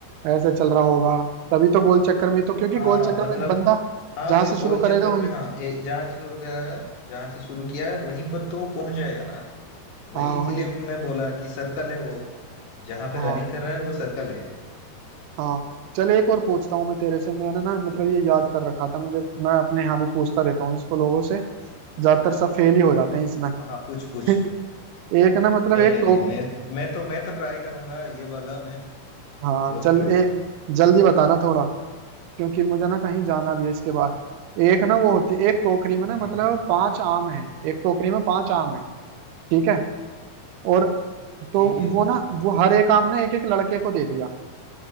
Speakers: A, on the right; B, on the left.
A: ऐसे चल रहा होगा तभी तो गोल चक्कर में तो क्योंकि
B: हाँ
A: गोल चक्कर
B: मतलब
A: में बंदा
B: हाँ
A: जहां
B: वही
A: से शुरू
B: गोल
A: करेगा
B: चक्कर
A: वहीं
B: में हाँ ए- जहाँ से शुरू किया जहाँ से शुरू किया है वहीं पर तो पहुंच जाएगा ना वही
A: हाँ
B: इसीलिए
A: वहीं
B: मैं बोला कि सर्कल है वो जहाँ पे
A: हाँ
B: रनिंग कर रहा है वो सर्कल है
A: हाँ चल एक और पूछता हूँ मैं तेरे से मैंने ना मतलब ये याद कर रखा था मुझे मैं अपने यहाँ भी पूछता रहता हूँ इसको लोगों से ज्यादातर सब फेल ही हो जाते हैं इसमें <laughs>
B: हाँ हाँ पूछ पूछ
A: एक ना मतलब
B: नहीं
A: एक
B: नहीं
A: टोक
B: नहीं मैं मैं तो मैं तो ट्राई करूंगा ये वाला मैं
A: हाँ
B: बोल
A: चल
B: के रहूंगा
A: ए जल्दी बताना थोड़ा क्योंकि मुझे ना कहीं जाना भी है इसके
B: ठीक
A: बाद एक ना वो होती एक टोकरी में ना
B: है
A: मतलब
B: ठीक है
A: पांच आम हैं एक टोकरी में पांच आम हैं ठीक है
B: ओके
A: और तो
B: ठीक है
A: वो ना वो हर एक आम ने एक एक लड़के को दे दिया